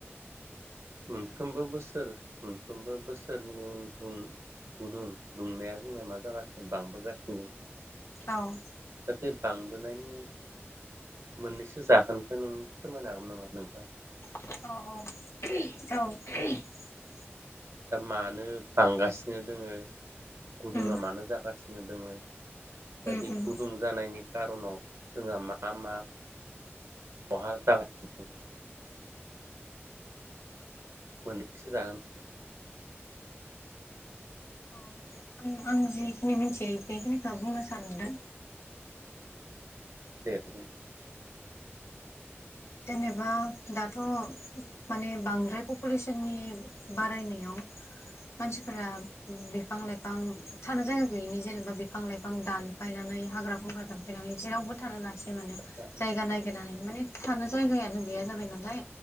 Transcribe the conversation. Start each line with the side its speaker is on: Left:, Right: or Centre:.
Right: मोनफ्रोमबो बोसोर मोनफ्रोमबो बोसोरनि उन उन गुदुं दुंनाया जोंना मा जागासिनो बांबोगासिनो।
Left: औ।
Right: दा बे बांबोनायनि मोननैसो जाहोनखो नों फोरमायनो हागोन नामा नोंथां।
Left: औ औ औ।
Right: दा मानो बांगासिनो दोङो गुदुङा
Left: उम
Right: मानो जागासिनो दोङो दा
Left: उम
Right: बे
Left: उम
Right: गुदुं जानायनि खारनाव जोंहा मा मा खहा जागासिनो दं। मोननैसो जाहोन
Left: औ आं आं जिखिनि मिथियो बेखिनिखौ बुंनो सानदों।
Right: दे बुं।
Left: जेनेबा दाथ' माने बांद्राय पपुलेसननि बारायनायाव मानसिफोरा बिफां लाइफां थानो जायगा गैयिनि जेनेबा बिफां लाइफां दानफायनानै हाग्रा बंग्रा दानफायनानै जेरावबो थानो ला सै माने
Right: आदसा
Left: जायगा नायगिरनानै। माने थानो जायगायानो गैया जाबाय नालाय